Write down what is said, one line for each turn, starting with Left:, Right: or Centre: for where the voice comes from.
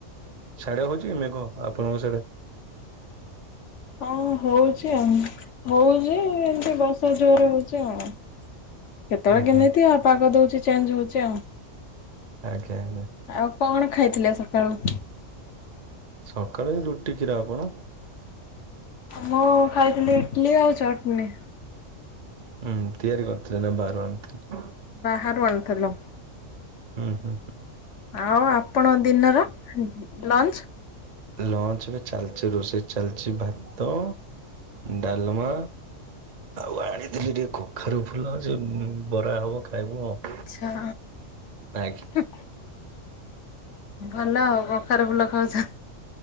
Right: ସାଡେ ହଉଚି କି ମେଘ ଆପଣଙ୍କ ସେଆଡେ?
Left: ହଁ ହଉଚି ଆଉ ହଉଚି ଏମିତି ବର୍ଷା ଜୋରେ ହଉଚି ଆଉ। କେତେବେଳେ
Right: ଆଜ୍ଞା
Left: କେମିତି ଆଉଁ ପାଗ ଦଉଚି ଚେଞ୍ଜ ହଉଚି ଆଉ।
Right: ଆଜ୍ଞା ଆଜ୍ଞା।
Left: ଆଉ କଣ ଖାଇଥିଲେ ସକାଳୁ?
Right: ସକାଳେ ଏରୁଟି କ୍ଷୀର। ଆପଣ?
Left: ମୁଁ ଖାଇଥିଲି ଇଟଲି ଆଉ ଚଟନୀ।
Right: ହୁଁ ତିଆରି କରିଥିଲେ ନାଁ ବାହାରୁ ଆଣିଥିଲେ?
Left: ବାହାରୁ ଆଣିଥେଲୁ।
Right: ହୁଁ ହୁଁ
Left: ଆଉ ଆପଣ ଦିନର ଲଞ୍ଚ?
Right: ଲଞ୍ଚ ରେ ଚାଲିଚି ରୋଷେଇ ଚାଲିଚି ଭାତ ଡାଲମା ଆଉ ଆଣିଥିଲି ଟିକେ କଖାରୁ ଫୁଲ ଯୋଉଁ ବରା ହବ ଖାଇବୁ ଆଉ।
Left: ଆଚ୍ଛା।
Right: ଆଜ୍ଞା
Left: ହୁଁ। ଭଲ ଆଉ କଖାରୁ ଫୁଲ ଖାଉଚ।